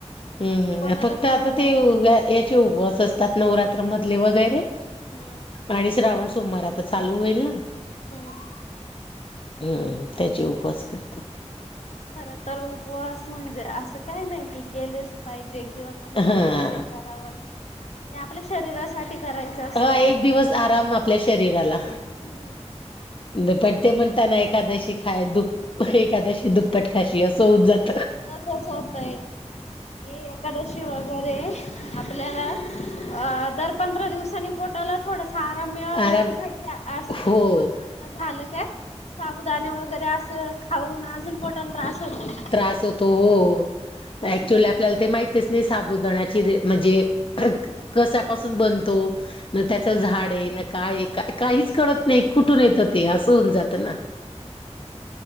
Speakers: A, on the left; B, on the left.
A: हम्म हम्म.
B: कोणाला
A: फक्त
B: सहन
A: आता ते,
B: नाही होत.
A: चे उपवास असतात, नवरात्री मधले वगैरे.
B: हम्म.
A: आणि श्रावण सोमवार आता चालू होईल ना.
B: हम्म.
A: हम्म त्याचे उपवास करता.
B: खर तर उपवास म्हणजे, असं काही नाही कि केलेच पाहिजे किंवा, कोणी
A: हा.
B: सांगितले करावच ते, आपल्या शरीरासाठी करायचं. असतं.
A: हा एक दिवस आराम आपल्या शरीराला.
B: हम्.
A: दुपट ते म्हणताना एकादशी खाय दुप एकादशी दुप्पट खाशी असं होत जात
B: तसंच होतंय की, एकादशी वगैरे, आपल्याला दर पंधरा दिवसांनी पोटाला. थोडासा आराम मिळावा
A: आराम
B: याच्यासाठी असतं
A: हो
B: पण आता झालं काय साबुदाणे वगैरे असं, खाऊन अजून पोटाला त्रास होतोय.
A: त्रास होतो हो ऍक्चुली
B: हम्म
A: आपल्याला ते माहि तेच नाही साबुदाणाची रे म्हणजे कसापासून बनतो? ना त्यांच झाड आहे न, काय काहीच कळत नाही कुठून येतं. ते असं
B: नाही
A: होऊन जातं ना.